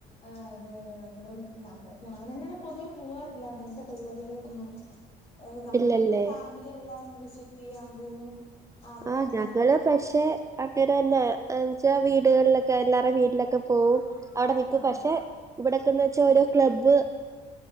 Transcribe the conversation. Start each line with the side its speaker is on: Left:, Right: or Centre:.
Left: ആ അതെ അതെ ഞങ്ങളും ഞങ്ങ ഞാനങ്ങനെ പൊതുവെ പോവാറില്ല അങ്ങനത്തെ പരിപാടികൾക്കൊന്നും ഏ നമ്മളിപ്പോ
Right: ഇല്ലല്ലേ
Left: ഫാമിലിയെല്ലാം വിസിറ്റ് ചെയ്യാൻ പോവും അവിടെ
Right: ആ
Left: ഇങ്ങനെ
Right: ഞങ്ങള് പക്ഷെ അങ്ങനെ തന്നെ എന്നുവെച്ചാ വീടുകളിലൊക്കെ എല്ലാരുടെയും വീട്ടിലൊക്കെ പോവും അവിടെ നിക്കും
Left: ആഹ്
Right: പക്ഷെ ഇവിടെ എന്നുവെച്ചാ ഓരോ ക്ലബ്ബ്